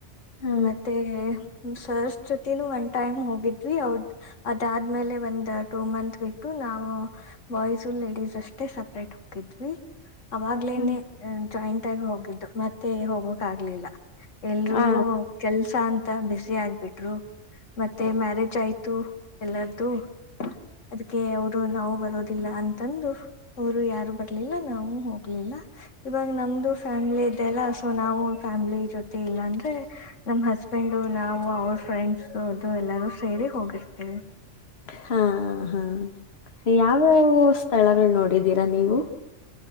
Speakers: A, on the left; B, on the left.
A: ಹಾ.
B: ಮತ್ತೆ ಸರ್ ಜೊತಿನೂ ಒನ್ ಟೈಮ್ ಹೋಗಿದ್ವಿ ಅವದ ಅದಾದ್ಮೇಲೆ ಒಂದ್ ಟೂ ಮಂತ್ ಬಿಟ್ಟು ನಾವು ಬಾಯ್ಸ್ ಲೇಡೀಸ್ ಅಷ್ಟೇ ಸಪ್ರೇಟ್ ಹೋಗಿದ್ವಿ ಅವಾಗ್ಲೇನೆೇ
A: ಹಾ.
B: ಜಾಯಿಂಟ್ ಆಗಿ ಹೋಗಿದ್ದು ಮತ್ತೆ ಹೋಗೋಕ್ ಆಗ್ಲಿಲ್ಲ ಎಲ್ರುೂ
A: ಆ!
B: ಸ ಅಂತ ಬಿಸಿ ಆಗ್ಬಿಟ್ರು ಮತ್ತೆ ಮ್ಯಾರೇಜ್ ಆಯ್ತು ಎಲ್ಲಾರ್ದು ಅದಕ್ಕೆ ಅವರು ನಾವು ಬರೋದಿಲ್ಲ ಅಂತಂದು ಅವರು ಯಾರು ಬರ್ಲಿಲ್ಲ ನಾವು ಹೋಗ್ಲಿಲ್ಲ ಇವಾಗ ನಮ್ದು ಫ್ಯಾಮ್ಲಿ ಇದದೆ ಅಲ್ಲ ಸೊ ನಾವು ಫ್ಯಾಮ್ಲಿ ಜೊತೆ ಇಲ್ಲ ಅಂದ್ರೆ ನಮ್ಮ್ ಹಸ್ಬೆಂಡು ನಾವು ಅವ್ರ ಫ್ರೆಂಡ್ಸ್ ಅದು ಎಲ್ಲರೂ ಸೇರಿ ಹೋಗಿರ್ತೇವೆ
A: ಹಾ ಹಾ ಯಾವ್ಯಾವ ಸ್ಥಳಗಳು ನೋಡಿದೀರಾ ನೀವು